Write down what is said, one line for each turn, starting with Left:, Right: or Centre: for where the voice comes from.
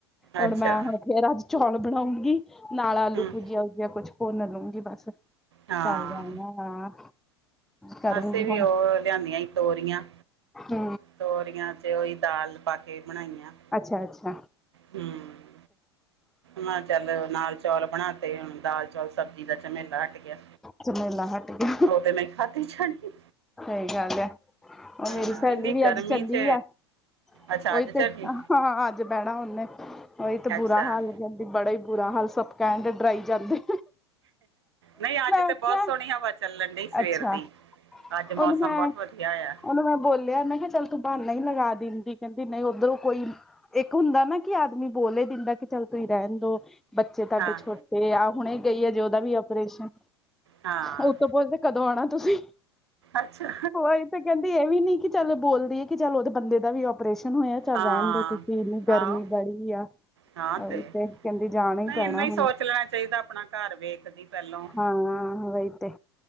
Centre: ਹੁਣ
Right: ਅੱਛਾ
Centre: ਮੈਂ ਹੁਣ ਫਿਰ ਅੱਜ ਚੌਲ ਬਣਾਉਂਗੀ ਨਾਲ ਆਲੂ
Right: ਹੂੰ
Centre: ਭੁਜਿਆ ਭੁਜਆ ਕੁੱਛ ਫੋਨ ਲਊਗੀ ਬਸ
Right: ਹਾਂ
Centre: ਚੱਲ ਜਾਣਾ ਹਾਂ ਕਰੂੰਗੀ
Right: ਅਸੀਂ ਵੀ
Centre: ਹੁਣ
Right: ਉਹ ਲਿਆਂਦੀਆਂ ਸੀ ਤੋਰੀਆਂ
Centre: ਹੂ
Right: ਤੋਰੀਆਂ ਚ ਉਹੀ ਦਾਲ ਪਾ ਕੇ ਬਣਾਈਆਂ
Centre: ਅੱਛਾ ਅੱਛਾ
Right: ਹੂੰ ਮੈਂ ਚੱਲ ਨਾਲ ਚੌਲ ਬਣਾ ਤੇ ਦਾਲ ਚੌਲ ਸਬਜ਼ੀ ਦਾ ਚਣੇ ਲਾ ਕੇ ਗਿਆ
Centre: ਚਮੇਲਾ ਹੱਟ ਗ
Right: ਉਹ ਤੇ ਮੈਂ ਖਾਧੀ ਛੱਡਦੀ
Centre: ਸਹੀ ਗੱਲ ਹੈ ਉਹ ਮੇਰੀ
Right: ਨਾ
Centre: ਸਹੇਲੀ
Right: ਇੰਨੀ
Centre: ਵੀ
Right: ਗਰਮੀ
Centre: ਅੱਜ ਚੱਲੀ
Right: ਚ
Centre: ਆ
Right: ਅੱਛਾ
Centre: ਉਹੀ
Right: ਅੱਜ
Centre: ਤੇ
Right: ਚੱਲੀ
Centre: ਹਾਂ ਅੱਜ ਬਹਿਣਾ ਉਹਨੇ ਉਹੀ ਤੇ
Right: ਅੱਛਾ
Centre: ਬੁਰਾ ਹਾਲ ਕਹਿੰ ਬੜਾ ਹੀ ਬੁਰਾ ਹਾਲ ਸਭ ਐਂਡ ਡਰਾਈ ਕਰਦੇ
Right: ਨਹੀਂ ਅੱਜ ਤੇ
Centre: ਆਖਿਆ
Right: ਬਹੁਤ ਸੋਹਣੀ ਹਵਾ ਚੱਲਣ ਡ ਸਵੇਰ
Centre: ਅੱਛਾ
Right: ਦੀ ਅੱਜ
Centre: ਉਹਨੂੰ
Right: ਮੌਸਮ
Centre: ਮੈਂ
Right: ਬਹੁਤ ਵਧੀਆ ਆ
Centre: ਉਹਨੂੰ ਮੈਂ ਬੋਲਿਆ ਨਾ ਕਿ ਚੱਲ ਤੂੰ ਬਹਾਨਾ ਹੀ ਲਗਾ ਦਿੰਦੀ ਕਹਿੰਦੀ ਨਹੀਂ ਉੱਧਰੋਂ ਕੋਈ ਇੱਕ ਹੁੰਦਾ ਨਾ ਕਿ ਆਦਮੀ ਬੋਲੇ ਹੀ ਦਿੰਦਾ ਕਿ ਚੱਲ ਤੁਸੀਂ ਰਹਿਣ ਦੋ ਬੱਚੇ ਤੁਹਾਡੇ
Right: ਹਾਂ
Centre: ਛੋਟੇ ਆ ਹੁਣੇ ਗਈ ਆ ਜੇ ਉਹਦਾ ਵੀ ਆਪਓਰੇਸ਼ਨ
Right: ਹਾਂ
Centre: ਉਹਤੋਂ ਬਤ ਕਦੋਂ ਆਉਣਾ ਤੁਸੀਂ
Right: ਅੱਛਾ
Centre: ਹੋ ਤਾਂ ਕਹਿੰਦੀ ਇਹ ਵੀ ਨੀ ਕਿ ਚੱਲ ਬੋਲਦੀ ਹੈ ਕਿ ਚੱਲ ਉਹਦੇ ਬੰਦੇ ਦਾ ਵੀ ਆਪਓਰੇਸ਼ਨ ਹੋਇਆ ਚੱਲ
Right: ਹਾਂ
Centre: ਰਹਿਣ ਦੇ ਤੁਸੀਂ ਇੰਨੀ ਗਰਮੀ
Right: ਆਹੋ
Centre: ਬੜੀ ਆ
Right: ਹਾਂ
Centre: ਉਹੀ
Right: ਤੇ
Centre: ਕਹਿੰਦੀ ਜਾਣਾ
Right: ਨਹੀਂ
Centre: ਪੈਣਾ
Right: ਇਹਨੂੰ ਹੀ
Centre: ਹੁਣ
Right: ਸੋਚ ਲੈਣਾ ਚਾਹੀਦਾ ਆਪਣਾ ਘਰ ਵੇਖਦੀ ਪਹਿਲੋਂ
Centre: ਹਾਂ ਵਹੀ ਤੇ